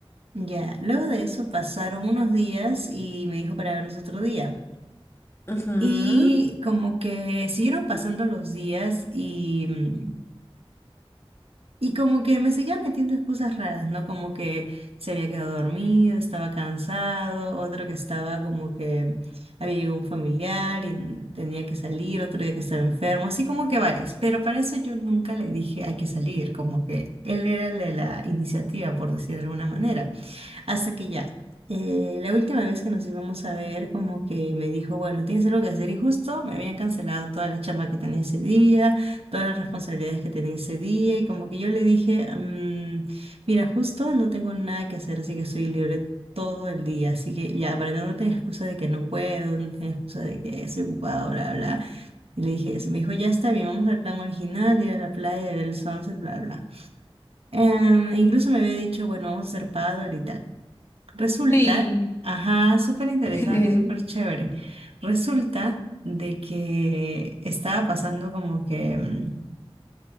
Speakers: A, on the right; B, on the left.
A: Ya, luego de eso pasaron unos días y me dijo para vernos otro día.
B: Ujú,
A: Y como que siguieron pasando los días y, mm, y como que me seguía metiendo excusas raras, ¿no? Como que se había quedado dormido, estaba cansado, otro que estaba como que había llegado un familiar y tenía que salir, otro día que estaba enfermo, así como que varias. Pero para eso yo nunca le dije hay que salir, como que él era el de la iniciativa, por decir de alguna manera. Hasta que ya, eh, la última vez que nos íbamos a ver, como que me dijo, bueno, tienes algo que hacer y justo me habían cancelado toda la chamba que tenía ese día, todas las responsabilidades que tenía ese día y como que yo le dije, "Mm, mira, justo no tengo nada que hacer, así que estoy libre todo el día, así que ya, para que no tengas excusa de que no puedo, no tengas excusa de que estoy ocupado, bla, bla. Y le dije eso, me dijo, ya está bien, vamos al plan original, ir a la playa, ver el sunset, bla, bla. Em, incluso me había dicho, bueno, vamos a hacer paddle y tal. Resulta,
B: Uy.
A: ajá, súper interesante,
B: <laughs>
A: súper chévere. Resulta de que estaba pasando como que, mm,